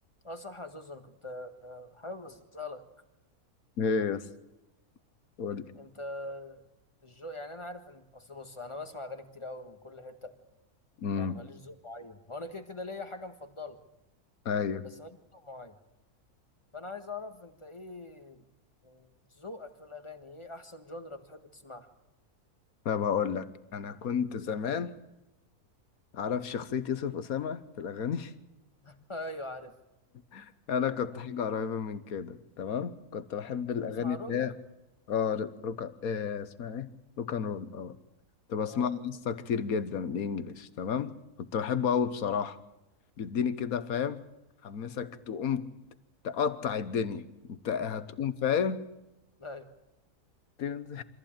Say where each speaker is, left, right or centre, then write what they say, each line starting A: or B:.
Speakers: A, on the left; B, on the left.
A: اه صح يا زوز انا كنت آه، حابب اسالك
B: ايه يس قول لي
A: انت الجو يعني انا عارف ان اصل بص انا بسمع اغاني كتير قوي من كل حته
B: امم
A: يعني ماليش ذوق معين هو انا كده كده ليا حاجه مفضله
B: ايوه
A: بس ماليش ذوق معين فانا عايز اعرف انت ايه آه، ذوقك في الاغاني ايه احسن جونرا بتحب تسمعها
B: طب اقول لك انا كنت زمان عارف شخصية يوسف أسامة في الأغاني
A: <laughs> ايوه عارف
B: <laughs> أنا كنت
A: عارف.
B: حاجة قريبة من كده تمام كنت بحب
A: انت
B: الأغاني
A: بتسمع
B: اللي
A: روك
B: هي اه روكا إيه اسمها ايه روك أند رول اه كنت بسمعها
A: اه بتحب
B: لسه كتير جدا الإنجليش تمام كنت بحبه أوي بصراحة بيديني كده فاهم حمسك تقوم تقطع الدنيا أنت هتقوم فاهم
A: <laughs> ايوه
B: تمسك